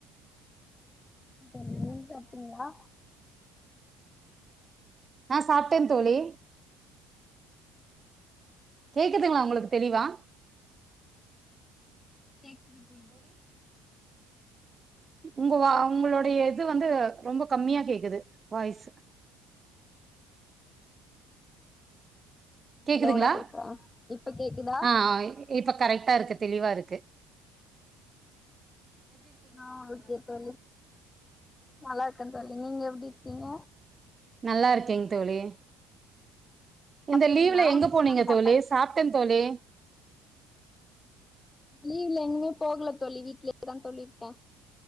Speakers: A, on the left; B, on the right.
A: தோழி நீங்க சாப்ட்டீங்ளா
B: நா சாப்ட்டே தோழி கேக்குதுங்களா உங்களுக்கு தெளிவா
A: கேக்குது தோழி
B: உங்க வா உங்களோடைய இது வந்து ரொம்ப கம்மியா கேக்குது வாய்ஸ் கேக்குதுங்ளா
A: லவுடா பேசுறே இப்ப கேக்குதா
B: ஆஹ் ஆஹ் இப்ப கரெக்டா இருக்கு தெளிவா இருக் கு
A: ஆஹ் ஓகே தோழி நல்லா இருக்கே தோழி நீங்க எப்டி இருக்கீங்க
B: நல்லா இருக்கேங் தோழி
A: சாப்ட்டீங்களா
B: இந்த லீவ்ல எங்க போனீங்க
A: என்னா சாப்பாடு
B: தோழி சாப்ட்டன் தோழி
A: லீவ்ல எங்கயு போகல தோழி வீட்லேதா தோழி இருக்கே